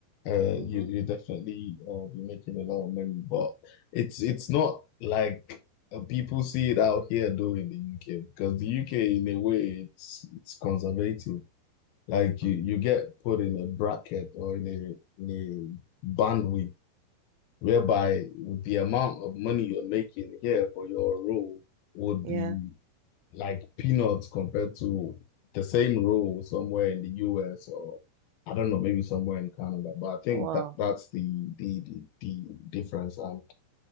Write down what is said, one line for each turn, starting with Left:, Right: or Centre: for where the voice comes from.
Left: uh,
Right: Mm-hmm.
Left: you you definitely uh, be making a lot of money. But it's it's not like uh, people see it out here though in the UK because the UK in a way it's it's conservative. Like
Right: Mm-hmm.
Left: you you get put in a bracket or in a in a bandwidth whereby the amount of money you're making here for your role would
Right: Yeah.
Left: be like peanuts compared to the same role somewhere in the US or I don't know, maybe somewhere in Canada. But I think
Right: Wow.
Left: that that's the the the, the difference, and